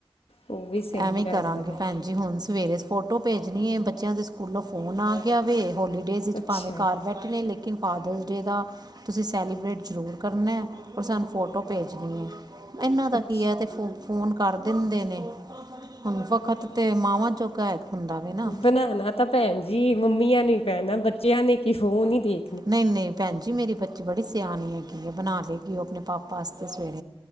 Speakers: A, on the left; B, on the right.
A: ਉਹ ਵੀ ਸਹੀ
B: ਐਵੇਂ
A: ਰਹਿੰਦਾ
B: ਹੀ ਕਰਾਂਗੇ
A: ਹੈ
B: ਭੈਣ ਜ ਹੁਣ ਸਵੇਰੇ ਫੋਟੋ ਭੇਜਣੀ ਹੈ ਬੱਚਿਆਂ ਦੇ ਸਕੂਲੋਂ ਫੋਨ ਆ ਗਿਆ ਵ ਹੋਲੀਡੇਜ ਵਿਚ
A: ਅੱਛਾ
B: ਭਾਵੇਂ ਘਰ ਬੈਠੇ ਲੇਕਿਨ ਫਾਦਰਸ ਡੇ ਦਾ ਤੁਸੀਂ ਸੈਲੀਬ੍ਰੇਟ ਜ਼ਰੂਰ ਕਰਨਾ ਪਰ ਸਾਨੂੰ ਫੋਟੋ ਭੇਜਣੀ ਹੈ ਇਨਾਂ ਤਾਂ
A: ਅੱਛਾ
B: ਕੀ ਹੈ ਇਹ ਤਾਂ ਫੋ ਫੋਨ ਕਰ ਦਿੰਦੇ ਨੇ ਹੁਣ ਵਕਤ ਤੇ ਮਾਵਾਂ ਚ <unintelligible> ਹੁੰਦਾ ਵੀ ਨਾ
A: ਬਣਾਉਣਾ ਤਾਂ ਭੈਣ ਜੀ ਮੰਮੀਆਂ ਨੂੰ ਹੀ ਪੈਣਾ ਬੱਚਿਆਂ ਨੇ ਕੀ ਫੋਨ ਹੀ ਦੇ
B: ਨਹੀਂ ਨਹੀਂ ਭੈਣ ਜੀ ਮਰੀ ਬੱਚੀ ਬੜੀ ਸਿਆਣੀ ਹੈਗੀ ਆ ਬਣਾ ਲਗੀ ਉਹ ਆਪਣੇ ਪਾਪਾ ਵਾਸਤੇ